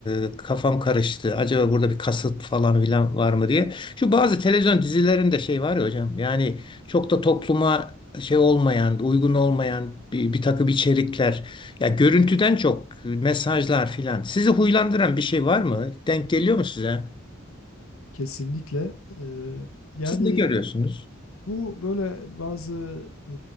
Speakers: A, on the left (about 25°); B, on the left (about 75°).
A: e, kafam karıştı. Acaba burada bir kasıt falan filan var mı diye. Şu bazı televizyon dizilerinde şey var ya hocam yani çok da topluma şey olmayan, uygun olmayan bir, bir takım içerikler. Ya görüntüden çok mesajlar filan. Sizi huylandıran bir şey var mı? Denk geliyor mu size?
B: Kesinlikle. e, yani
A: Siz ne görüyorsunuz?
B: bu böyle bazı e,